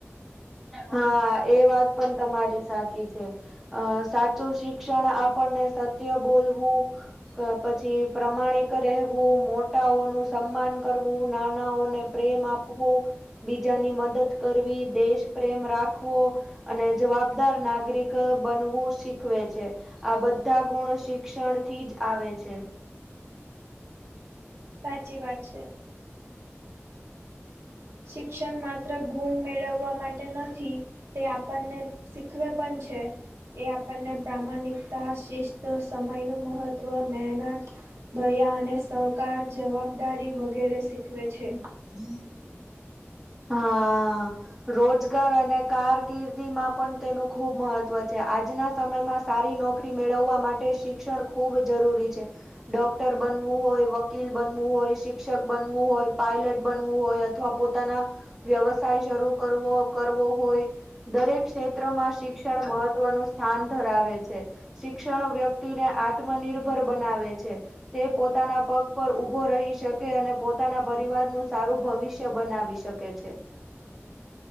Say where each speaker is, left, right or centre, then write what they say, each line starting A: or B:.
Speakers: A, in the centre; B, on the right.
A: હા એ વાત પણ તમારી સાચી છે. અ સાચું શિક્ષણ આપણને સત્ય બોલવું. પછી પ્રમાણિક રહેવું મોટાઓનું સન્માન કરવું નાનાઓને પ્રેમ આપવો બીજાની મદદ કરવી દેશ પ્રેમ રાખવો. અને જવાબદાર નાગરિક બનવું શીખવે છે. આ બધા ગુણ શિક્ષણ થી જ આવે છે.
B: સાચી વાત છે. શિક્ષણ માત્ર ગુણ મેળવવા માટે નથી. તે આપણને શીખવે પણ છે એ આપણને પ્રામાણિક ત શિસ્ત સમયનું મહત્ત્વ મહેનત દયા અને સહકાર જવાબદારી વગેરે શીખવે છે.
A: હમ. હા. રોજગાર અને કારકિર્દી માં પણ તેનું ખુબ મહત્વ છે આજના સમયમાં સારી નોકરી મેળવવા માટે શિક્ષણ ખૂબ જરૂરી છે. ડોક્ટર બનવું હોય વકીલ બનવું હોય શિક્ષક બનવું હોય પાયલટ બનવું હોય. અથવા પોતાના વ્યવસાય શરૂ કરવો કરવો હોય. દરેક ક્ષેત્રમાં શિક્ષણ મહત્વનું સ્થાન ધરાવે છે. શિક્ષણ વ્યક્તિને આત્મનિર્ભર બનાવે છે. તે પોતાના પગ પર ઉભો રહી શકે અને પોતાના પરિવાર નું સારું ભવિષ્ય બનાવીશ. શકે છે.